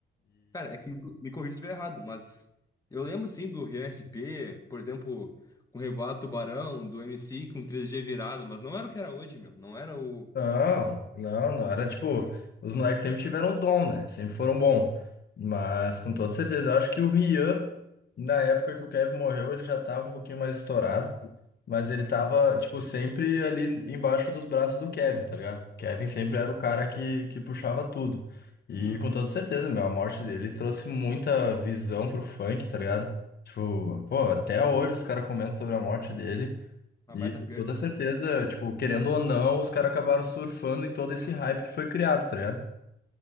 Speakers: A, on the left; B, on the left.
A: Cara, é que me, me corrija se estiver errado, mas eu lembro sim do Rian SP, por exemplo, com o Revoado Tubarão, do MC com 3G virado, mas não era o que era hoje, meu. Não era o.
B: Não, não, não. Era tipo, os moleques sempre tiveram dom, né? Sempre foram bom. Mas com toda certeza, eu acho que o Rian, na época que o Kevin morreu, ele já tava um pouquinho mais estourado. Mas ele tava, tipo, sempre ali embaixo dos braços do Kevin, tá ligado? Kevin sempre
A: Sim,
B: era o cara que, que puxava tudo. E com toda certeza, meu, a morte dele trouxe muita visão pro funk, tá ligado? Tipo, pô, até hoje os caras comentam sobre a morte dele.
A: uma
B: E
A: baita
B: com
A: perca,
B: toda
A: né,
B: certeza,
A: meu?
B: tipo, querendo ou não, os caras acabaram surfando em todo esse hype que foi criado, tá ligado?